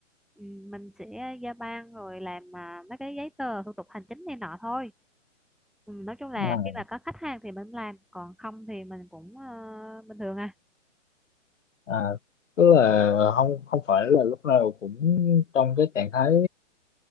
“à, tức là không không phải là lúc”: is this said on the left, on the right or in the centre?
Left